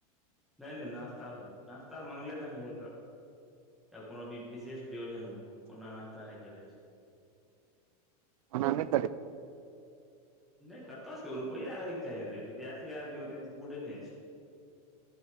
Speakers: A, in the centre; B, on the right.
A: नहि नहि नाश्ता सभ नाश्ता मगले तगले कऽ। या कोनो भी विशेष प्रयोजनमे ओना नास्ता नहि चलै छै।
B: मना नहि चले
A: नहि, कतऽसँ करबे? रुपैया रहैके चाही रे, विद्यार्थी आदि होइ तऽ पूरा नहि छै।